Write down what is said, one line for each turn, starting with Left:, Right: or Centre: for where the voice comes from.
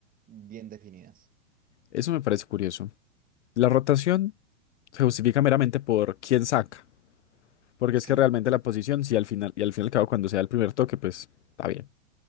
Right: bien definidas.
Left: Eso me parece curioso. La rotación se justifica meramente por quién saca. Porque
Right: Sí,
Left: es que realmente la posición, si al final, y al fin y al cabo, cuando sea el primer toque, pues está bien.